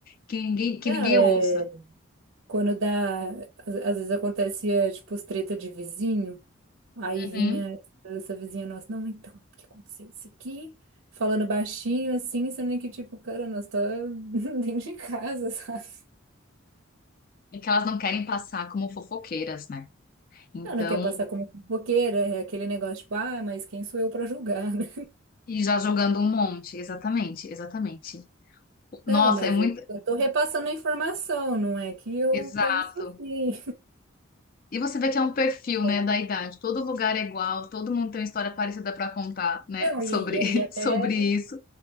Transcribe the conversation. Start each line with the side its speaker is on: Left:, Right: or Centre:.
Left: que ninguém, que
Right: Não,
Left: ninguém
Right: é,
Left: ouça.
Right: quando dá, às, às vezes acontecia, tipo, os treta de vizinho, aí
Left: Uhum.
Right: vinha essa vizinha nossa, não, então, o que aconteceu isso aqui? Falando baixinho, assim, sendo que, tipo, cara, nós tá <laughs> dentro de casa, <laughs> sabe?
Left: E que elas não querem passar como fofoqueiras, né? Então,
Right: Não, não quer passar como fofoqueira, é aquele negócio, tipo, ah, mas quem sou eu pra julgar, <laughs> né?
Left: e já jogando um monte, exatamente, exatamente.
Right: Não,
Left: Nossa,
Right: mas
Left: é muito.
Right: eu eu tô repassando a informação, não é que eu
Left: Exato.
Right: penso assim.
Left: E você vê que é um perfil,
Right: Bom.
Left: né, da idade. Todo lugar é igual, todo mundo tem uma história parecida para contar, né,
Right: Não,
Left: sobre,
Right: e, e,
Left: <laughs>
Right: e até
Left: sobre isso.